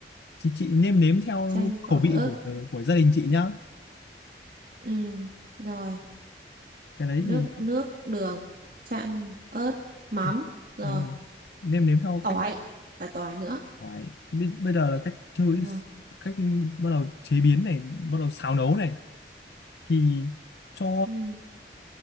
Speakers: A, on the left; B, on the right.
A: chị, chị nêm nếm theo
B: chanh tỏi
A: khẩu vị
B: ớt
A: của của gia đình chị nhá
B: ừ. rồi
A: cái đấy
B: nước
A: thì
B: nước đường chanh ớt mắm
A: ừ,
B: rồi
A: đúng rồi. nêm nếm theo
B: tỏi
A: cách
B: và tỏi nữa
A: tỏi bây, bây giờ là cách chơi
B: ừ.
A: cách bắt đầu chế biến này bắt đầu xào nấu này thì cho
B: Ừ.